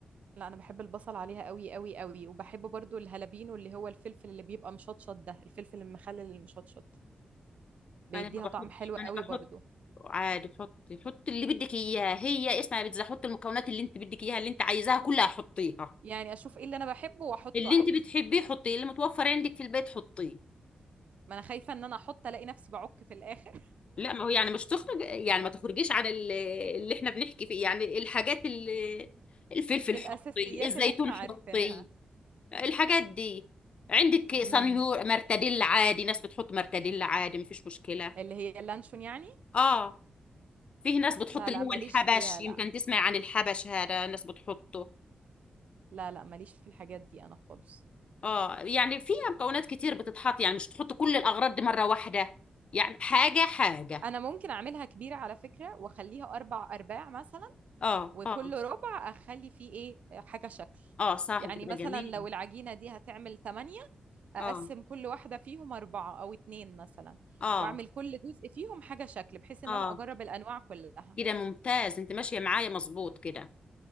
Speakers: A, on the right (about 60°); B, on the left (about 45°).
A: لا انا بحب البصل عليها قوي قوي قوي وبحب برضو الهالبينو اللي هو الفلفل اللي بيبقى مشطشط ده الفلفل المخلل المشطشط بيديها
B: انا ما بحطش
A: طعم حلو قوي
B: انا
A: برضو
B: بحط عادي حطي حطي اللي بدك اياه هي اسمها بيتزا حطي المكونات اللي انت بدك اياها اللي انت عايزاها كلها حطيها
A: يعني اشوف ايه اللي انا بحبه واحطه
B: اللي
A: عادي
B: انت بتحبيه حطيه اللي متوفر عندك في البيت حطيه
A: ما انا خايفة ان انا احط الاقي نفسي بعك في الاخر
B: لا ما هو يعني مش تخرج يعني ما تخرجيش عن ال- اللي احنا بنحكي فيه يعني الحاجات اللي الفلفل
A: <laughs> الاساسيات
B: حطي الزيتون
A: اللي احنا عارفينها
B: حطي الحاجات دي عندك صنيور
A: امم
B: مرتديل عادي ناس بتحط مرتديل عادي مفيش مشكلة
A: اللي هي اللانشون يعني
B: اه فيه ناس بتحط
A: لا
B: اللي
A: لا
B: هو
A: ماليش
B: الحبش
A: فيها
B: يمكن
A: لا
B: تسمع عن الحبش هذا ناس بتحطه
A: لا لا ماليش في الحاجات دي انا خالص
B: اه يعني فيها مكونات كتير بتتحط يعني مش تحط كل الأغراض دي مرة واحدة يعني حاجة حاجة
A: انا ممكن اعملها كبيرة على فكرة واخليها اربع ارباع مثلا
B: اه
A: وكل
B: اه
A: ربع اخلي فيه ايه حاجه شكل
B: اه صاحب
A: يعني
B: بيبقى
A: مثلا
B: جميل
A: لو العجينه دي هتعمل 8 اقسم
B: اه
A: كل واحده فيهم اربعه او اتنين مثلا
B: اه
A: واعمل كل جزء فيهم حاجه شكل بحيث ان
B: اه
A: انا اجرب الانواع كلها
B: كده ممتاز انت ماشية معايا مظبوط كده